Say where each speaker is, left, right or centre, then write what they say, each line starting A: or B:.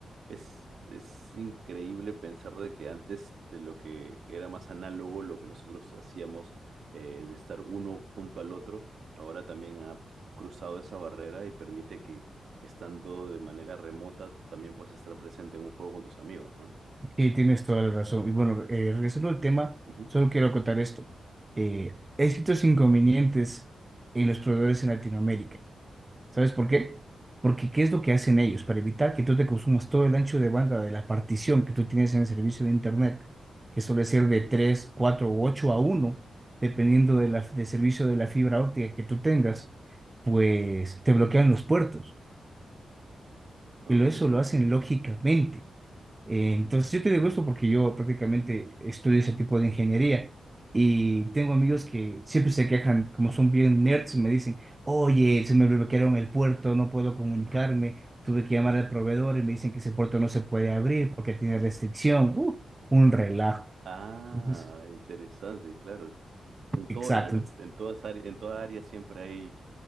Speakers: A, on the right; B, on the right.
A: es, es increíble pensar de que antes de lo que era más análogo, lo que nosotros hacíamos eh, de estar uno junto al otro, ahora también ha cruzado esa barrera y permite que estando de manera remota también puedas estar presente en un juego con tus amigos, ¿no?
B: Sí, tienes toda la razón. Y bueno, eh, regresando al tema,
A: Ujú,
B: solo quiero acotar esto. Eh, he escrito inconvenientes en los proveedores en Latinoamérica. ¿Sabes por qué? Porque ¿qué es lo que hacen ellos para evitar que tú te consumas todo el ancho de banda de la partición que tú tienes en el servicio de Internet, que suele ser de 3, 4 u 8 a uno, dependiendo de la- del servicio de la fibra óptica que tú tengas, pues te bloquean los puertos
A: ujú.
B: y lo- eso lo hacen lógicamente. Eh, entonces, yo te digo esto porque yo prácticamente estudio ese tipo de ingeniería y tengo amigos que siempre se quejan, como son bien nerds, me dicen, oye, se me bloquearon el puerto, no puedo comunicarme, tuve que llamar al proveedor y me dicen que ese puerto no se puede abrir porque tiene restricción. Uh, un relajo.
A: Ah,
B: Entonces,
A: ah, interesante, claro. En
B: exacto.
A: todo, eh, bueno, en, en todas áreas, en toda área siempre hay,